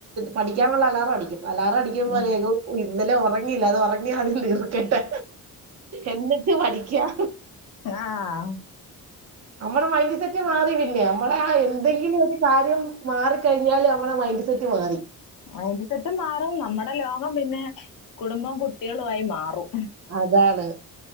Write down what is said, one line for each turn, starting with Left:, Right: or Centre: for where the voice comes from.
Right: പഠിക്കാനുള്ള അലാറം അടിക്കും അലാറംഅടിക്കുമ്പോൾ
Left: ഉം
Right: ഇന്നലെ ഉറങ്ങയില്ല അത് ഉറങ്ങി ആദ്യം തീർക്കട്ടെ എന്നിട്ട് പഠിക്കാ
Left: ആഹ്
Right: നമ്മടെ മൈൻഡ് സെറ്റ് മാറി പിന്നെ നമ്മടെ ആഹ് എന്തെങ്കിലും ഒരു കാര്യം മാറിക്കഴിഞ്ഞാല് അവമ്മടെ മൈൻഡ് സെറ്റ് മാറി
Left: മൈന്റ്സെറ്റ് മാറും നമ്മടെ ലോകം പിന്നെ കുടുംബം കുട്ടികളു ആയി മാറും
Right: അതാണ്